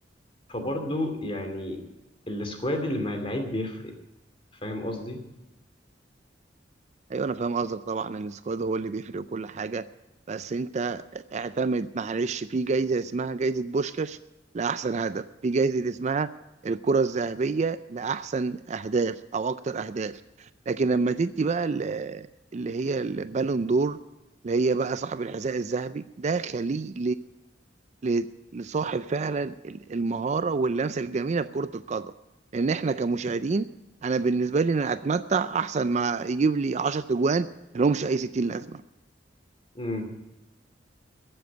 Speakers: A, on the left; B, on the right.
A: فبرضه يعني السكواد اللي مع اللعيب بيفرق فاهم قصدي
B: ايوه انا فاهم قصدك طبعا ان السكواد هو اللي بيفرق وكل حاجه بس انت اعتمد معلش في جايزه اسمها جايزه بوشكاش لاحسن هدف في جايزه اسمها الكره الذهبيه لاحسن اهداف او اكتر اهداف لكن لما تدي بقى ال- اللي هي البالون دور اللي هي بقى صاحب الحذاء الذهبي ده خليه ل- لصاحب فعلا ال- المهاره واللمسه الجميله في كره القدم لان احنا كمشاهدين انا بالنسبه لي انا اتمتع احسن ما يجيب لي 10 اجوان ملهمش اي 60 لازمه
A: امم